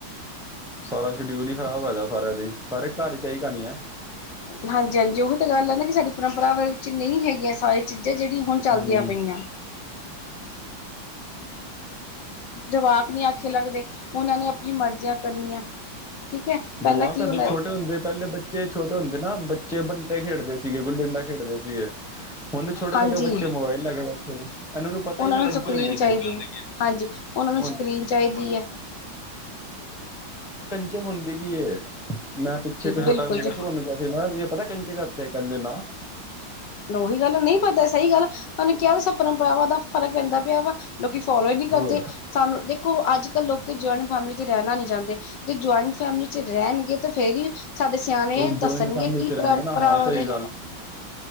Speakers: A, in the centre; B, on the left (about 65°).
A: ਸਾਰਾ ਸ਼ਡਿਊਲ ਹੀ ਖਰਾਬ ਹੋਆ ਸਾਰਿਆਂ ਦੀ, ਸਾਰੇ ਘਰ ਇਚ ਏਹੀ ਕਹਾਣੀ ਹੈ।
B: ਹਾਂਜੀ-ਹਾਂਜੀ ਉਹੀ ਤਾਂ ਗੱਲ ਹੈ, ਨਾ ਕਿ ਸਾਡੀ ਪਰੰਪਰਾ ਵਿੱਚ ਨਹੀਂ ਹੈਗੀਆਂ ਸੀਆਂ ਚੀਜ਼ਾਂ, ਜਿਹੜੀਆਂ ਹੁਣ ਚੱਲਦੀਆਂ
A: ਹੂੰ
B: ਪਈਆਂ। ਜਵਾਕ ਨਹੀਂ ਆਖੇ ਲੱਗਦੇ, ਉਹਨਾਂ ਨੇ ਆਪਣੀ ਮਰਜ਼ੀਆਂ ਕਰਨੀਆਂ। ਠੀਕ ਹੈ ਪਹਿਲਾਂ
A: ਜਵਾਕ
B: ਕੀ
A: ਕਦੇ
B: ਹੁੰ
A: ਛੋਟੇ ਹੁੰਦੇ ਪਹਿਲੇ ਬੱਚੇ ਛੋਟੇ ਹੁੰਦੇ ਨਾ ਬੱਚੇ ਬੰਟੇ ਖੇਡਦੇ ਸੀਗੇ ਗੁੱਲੀ ਡੰਡਾ ਖੇਡਦੇ ਸੀਗੇ ਹੁਣ ਛੋਟੇ
B: ਹਾਂਜੀ।
A: ਛੋਟੇ ਬੱਚੇ ਮੋਬਾਇਲ ਲੈ ਕੇ ਬੈਠੇ ਨੇ ਇਹਨਾਂ ਪਤਾ
B: ਉਹਨਾਂ
A: ਹੀ ਨੀ
B: ਨੂੰ
A: ਕੰਚੇ
B: ਸਕ੍ਰੀਨ
A: ਹੁੰਦੇ
B: ਚਾਹੀ
A: ਕੀ ਹੈ
B: ਦੀ ਐ, ਹਾਂਜੀ। ਉਹਨਾ ਨੂੰ
A: ਹੁਣ
B: ਸਕ੍ਰੀਨ ਚਾਹੀਦੀ ਐ।
A: ਤੇ ਹੁੰਦੀਕੀ ਇਹ। ਮੈਂ ਪਿੱਛੇ ਇੱਕ ਛੋਟਾ
B: ਬਿਲਕੁਲ
A: ਮੁੰਡਾ
B: ਜੀ
A: ਸੀ, ਉਹਨੂੰ ਕਿਹਾ ਸੀ ਮੈਂ ਕਿਹਾ ਤੁਝੇ ਪਤਾ ਹੈ, ਕੰਚੇ ਘਾਤੇ ਹੈਂ, ਕਹਿੰਦਾ ਨਾ।
B: ਉਹੀ ਗੱਲ, ਨਹੀਂ ਪਤਾ ਸਹੀ ਗੱਲ ਐ, ਉਹਨੇ ਕਿਹਾ ਸਬ ਪਰੰਪਰਾਵਾਂ ਦਾ ਫਰਕ ਪੈਂਦਾ ਪਿਆ ਵਾ। ਲੋਕੀ ਫੋਲੋ ਹੀ ਨਹੀਂ ਕਰਦੇ,
A: ਹੋਰ
B: ਸਾਨੂੰ ਦੇਖੋ ਅੱਜ ਕੱਲ੍ਹ ਲੋਕੀ ਜਆਇੰਟ ਫੈਮਿਲੀ ਤੇ ਰਹਿਣਾ ਨੀ ਚਾਹਦੇ। ਜੇ ਜੁਆਇੰਟ ਫੈਮਿਲੀ ਚ ਰਹਿਣਗੇ, ਤੇ ਫੇਰ ਹੀ। ਸਾਡੇ ਸਿਆਣੇ
A: ਉਹ ਜੁਆਇੰਟ
B: ਦੱਸਣਗੇ,
A: ਫੈਮਿਲੀ
B: ਕੀ
A: ਚ
B: ਪਰੰਪਰਾ
A: ਰਹਿਣਗੇ ਨਾ ਹਾਂ
B: ਬਾਰੇ
A: ਸਹੀ